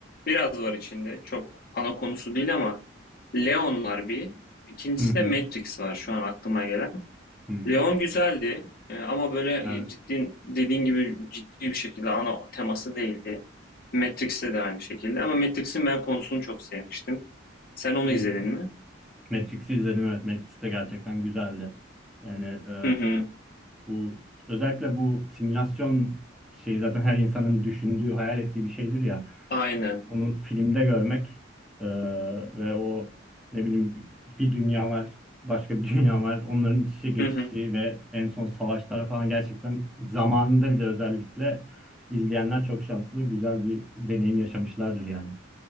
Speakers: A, on the left; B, in the centre.
A: biraz var içinde. Çok ana konusu değil ama Leon var bir. İkincisi
B: Hı hı.
A: de Matrix var şu an aklıma gelen.
B: Hı.
A: Leon güzeldi e, ama böyle
B: Evet.
A: ciddi dediğin gibi ciddi bir şekilde ana teması değildi. Matrix'te de aynı şekilde ama Matrix'in ben konusunu çok sevmiştim. Sen onu
B: Hı
A: izledin
B: hı.
A: mi?
B: Matrix'i izledim evet. Matrix de gerçekten güzeldi. Yani e,
A: Hı hı.
B: bu özellikle bu simülasyon şeyi zaten her insanın düşündüğü, hayal ettiği bir şeydir ya
A: Aynen.
B: onu filmde görmek e, ve o ne bileyim bir dünya var, başka bir <laughs> dünya var. Onların iç içe geçişi
A: Hı hı.
B: ve en son savaşlar falan gerçekten zamanında bile özellikle izleyenler çok şanslı, güzel bir deneyim yaşamışlardır yani.